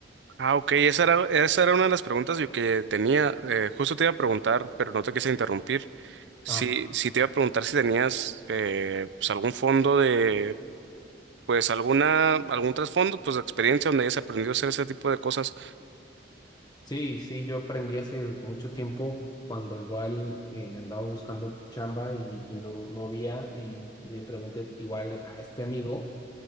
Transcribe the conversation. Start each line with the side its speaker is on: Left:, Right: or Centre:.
Right: Ah, ok, esa era, esa era una de las preguntas yo que tenía. eh, justo te iba a preguntar, pero no te quise interrumpir. Sí,
Left: Ah,
Right: sí te iba a preguntar si tenías eh, pues algún fondo de, pues alguna, algún trasfondo, pues de experiencia donde hayas aprendido a hacer ese tipo de cosas.
Left: sí, sí, yo aprendí hace mucho tiempo cuando igual eh, andaba buscando chamba y, y no, no había y le pregunté igual a este amigo,